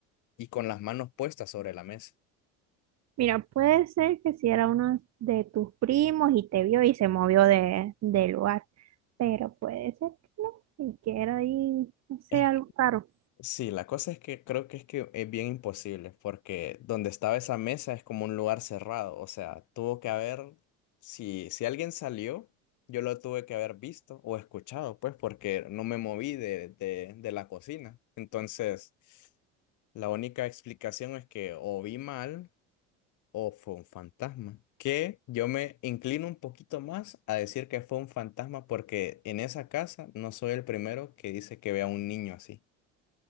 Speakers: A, on the left; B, on the right.
A: y con las manos puestas sobre la mesa.
B: Mira, puede ser que si era uno de tus primos y te vio y se movió de, del lugar, pero puede ser que no, y que era ahí, no sé,
A: Es
B: algo raro.
A: Sí, la cosa es que creo que es que es bien imposible, porque donde estaba esa mesa es como un lugar cerrado, o sea, tuvo que haber, si, si alguien salió, yo lo tuve que haber visto o escuchado, pues, porque no me moví de, de, de la cocina. Entonces, la única explicación es que o vi mal o fue un fantasma, que yo me inclino un poquito más a decir que fue un fantasma, porque en esa casa no soy el primero que dice que ve a un niño así.